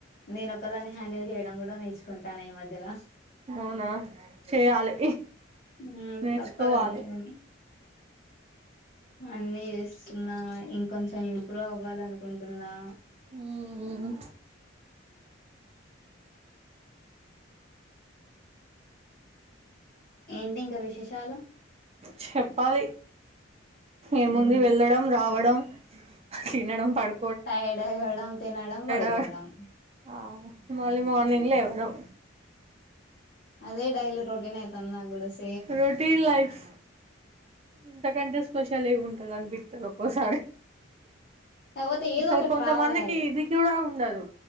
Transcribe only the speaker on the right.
అవునా చేయాలి
నేర్చుకోవాలి.
హ్మ్ ఉహు
చెప్పాలి. ఏముంది
వెళ్ళడం. రావడం. తినడం పడు
అవడం ఆ మళ్ళీ మార్నింగ్ లేవడం
రొటీన్ లైఫ్ ఇంతకంటే స్పెషల్ ఎం ఉంటది. అనిపితది. అప్ ఓక్కోసారి
అసలు
కొంతమందికి
ఇది కూడా ఉండదు.